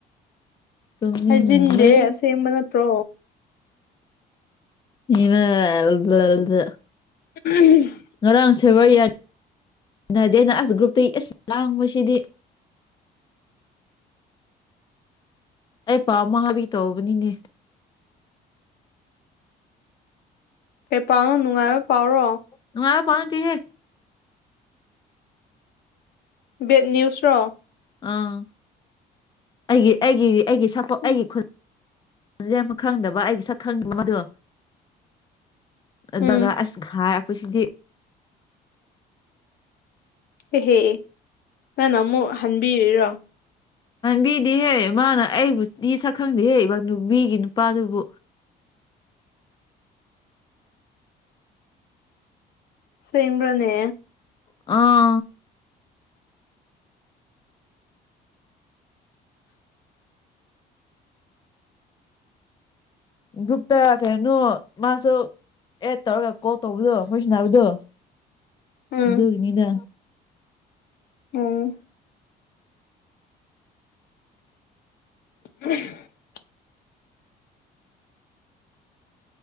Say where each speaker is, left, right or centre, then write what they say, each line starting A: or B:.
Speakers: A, on the left (about 25°); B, on the left (about 70°).
A: ꯇꯨꯝꯅꯤꯡꯕꯅ
B: ꯍꯥꯏꯖꯤꯟꯗꯦ ꯑꯁꯦꯡꯕ ꯅꯠꯇ꯭ꯔꯣ
A: <unintelligible>
B: <unintelligible>
A: ꯉꯔꯥꯡ ꯁꯦꯕꯔ ꯌꯥꯅꯗꯦꯅ ꯑꯁ ꯒ꯭ꯔꯨꯞꯇꯒꯤ ꯑꯦꯁ ꯂꯥꯡꯕꯁꯤꯗꯤ ꯑꯩ ꯄꯥꯎ ꯑꯃ ꯇꯥꯢꯕꯤꯒꯦ ꯇꯧꯕꯅꯤꯅꯦ
B: ꯀꯩ ꯄꯥꯎꯅꯣ ꯅꯨꯡꯉꯥꯏꯕ ꯄꯥꯎꯔꯣ
A: ꯅꯨꯡꯉꯥꯏꯕ ꯄꯥꯎ ꯅꯇꯤꯍꯦ
B: ꯕꯦꯠ ꯅꯤꯌꯨꯁꯔꯣ
A: ꯑꯥ ꯑꯩꯒꯤ ꯑꯩꯒꯤ ꯑꯩꯒꯤ ꯁꯄꯣ
B: ꯎꯝ
A: ꯑꯩꯒꯤ ꯈꯨꯟ ꯖꯦ ꯑꯃ ꯈꯪꯗꯕ ꯑꯩꯒꯤ ꯁꯛ ꯈꯪꯗꯕ ꯃꯗꯣ ꯑꯗꯨꯒ
B: ꯎꯝ
A: ꯑꯁ ꯈꯥꯏ ꯑꯩꯈꯣꯏ ꯁꯤꯗꯤ
B: ꯑꯦꯍꯦ ꯅꯪꯅ ꯑꯃꯨꯛ ꯍꯟꯕꯤꯔꯤꯔꯣ
A: ꯕꯤꯗꯤ ꯍꯦꯛ ꯃꯥꯅ ꯑꯩꯕꯨꯗꯤ ꯁꯛꯈꯪꯗꯤꯌꯦ ꯍꯅꯨꯕꯤꯒꯤ ꯅꯨꯄꯥꯗꯨꯕꯨ
B: ꯁꯦꯡꯕ꯭ꯔꯅꯦ
A: ꯑꯥ ꯒ꯭ꯔꯨꯞꯇ ꯀꯩꯅꯣ ꯃꯥꯁꯨ ꯑꯦꯗ ꯇꯧꯔꯒ ꯀꯣꯜ ꯇꯧꯕꯗꯣ ꯋꯥꯔꯤ ꯁꯅꯥꯕꯗꯨ
B: ꯎꯝ
A: ꯗꯨꯒꯤꯅꯤꯗ
B: ꯎꯝ <inaudible>